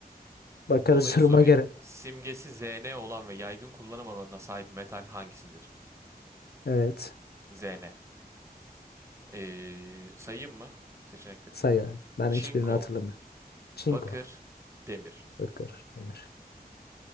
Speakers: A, on the left; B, on the right.
A: bakarız
B: Kolayı
A: <laughs> duruma
B: sorayım.
A: göre.
B: Simgesi Zn olan ve yaygın kullanım alanına sahip metal hangisidir?
A: Evet.
B: Zn. Eee, sayayım mı seçenekleri?
A: Say abi. Ben
B: Çinko,
A: hiçbirini hatırlamıyorum. Çinko.
B: bakır, demir.
A: Bakır. Demir.